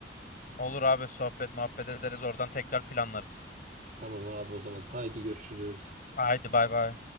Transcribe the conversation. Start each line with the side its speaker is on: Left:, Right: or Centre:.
Left: Olur abi sohbet muhabbet ederiz oradan tekrar planlarız.
Right: Tamam abi o zaman haydi görüşürüz.
Left: Haydi bay bay.